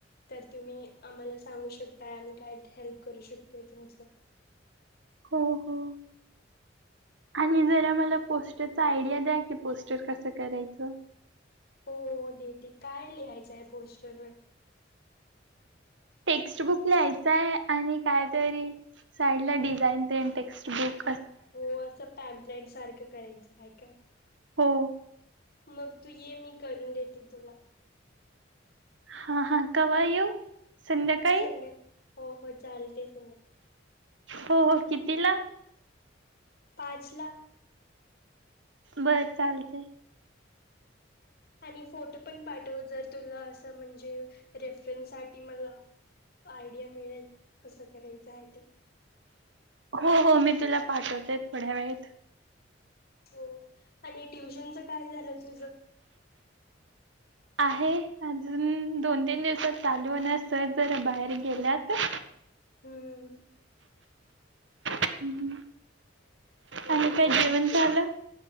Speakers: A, on the left; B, on the right.
A: तर तुम्ही आम्हाला सांगू शकताय, आम्ही काय हेल्प करू शकतोय तुमचं.
B: हो हो. आणि जरा मला पोस्टरचा आयडिया द्या की पोस्टर कसं करायचं?
A: हो हो देेते काय लिहायचंय पोस्टरवर?
B: टेक्स्टबुक ल्यायच हाय. आणि कायतरी साईड ला डिझाईन तेन टेक्स्टबुक.
A: हो असं पॅम्पलान सारखं करायचं आहे का?
B: हो.
A: मग तू ये मी करून देेते तुला.
B: हा हा कवा येऊं संध्याकाळी
A: संध्या हो हो चालतेच.
B: हो हो किती ला?
A: पाचला.
B: बर चालतय.
A: आणि फोटो पण पाठव जर तुला असं म्हणजे रेफरन्स साठी मला आयडिया मिळेल कसं करायचं आहे ते.
B: हो हो मी तुला पाठवते थोड्या वेळेत.
A: हो आणि ट्युशनच काय झालं तुझ?
B: आहे अजून दोन तीन दिवसात चालू होणार, सर जरा बाहेर गेल्यात <unintelligible>
A: हम्म <inaudible>
B: हम् आणि काय जेवण झालं.